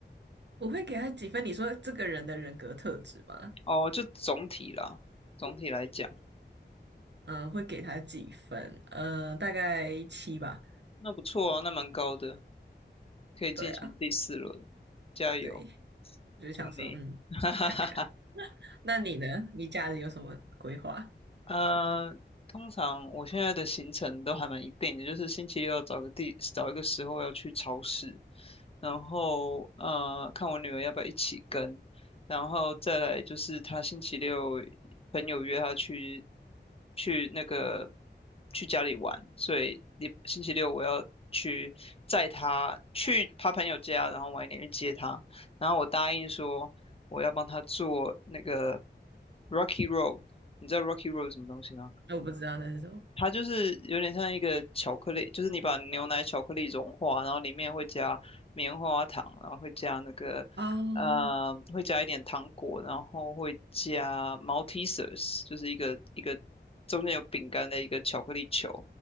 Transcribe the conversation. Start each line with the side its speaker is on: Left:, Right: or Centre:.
Right: 我会给他几分？你说这个人的人格特质吗？
Left: 哦，就总体啦，总体来讲，
Right: 嗯，会给他几分？嗯，大概七吧。
Left: 那不错啊，那蛮高的。可以进行第四轮，
Right: 对啊，
Left: 加油，
Right: 对，我就想说，
Left: 祝你，
Right: 嗯，
Left: <laughs> 哈哈
Right: 看看。那你呢？你假日有什么规划？
Left: 呃，通常我现在的行程都还蛮一定的，就是星期六找个地找一个时候要去超市，然后呃看我女儿要不要一起跟，然后再来就是她星期六朋友约她去去那个去家里玩，所以你星期六我要去载她去她朋友家，然后晚一点去接她，然后我答应说我要帮她做那个 Rocky r o l l 你知道 Rocky Road 是什么东西吗？
Right: 我不知道那是什么。
Left: 它就是有点像一个巧克力，就是你把牛奶巧克力融化，然后里面会加棉花糖，然后会加那个呃，
Right: 啊，
Left: 会加一点糖果，然后会加 m a l t e s e s 就是一个一个中间有饼干的一个巧克力球，